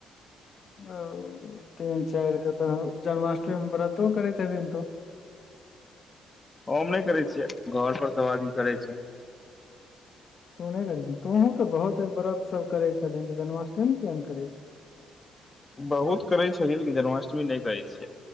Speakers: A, on the left; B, on the left.
A: ओ तीन चार क तऽ जन्माष्टमीमे व्रतो करैत हेभिन तू
B: हम नइ करे छियै घर पर सब आदमी करै छै
A: तू नइ करै छीन तोहूँ तऽ बहुत व्रतसभ करै छलन्हि तऽ जन्माष्टमीमे किया ने करै छी
B: बहुत करे छैलिए लेकिन जन्माष्टमी नइ करे छियै